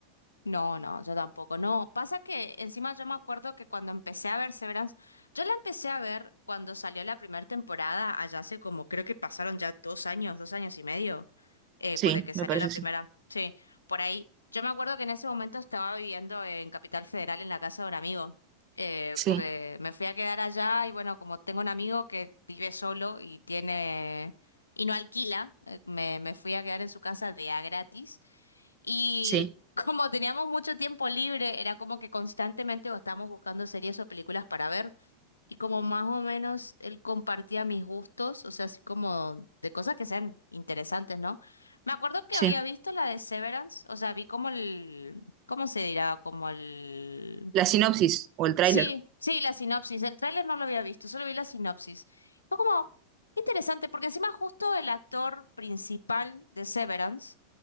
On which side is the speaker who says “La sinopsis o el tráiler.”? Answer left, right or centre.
Right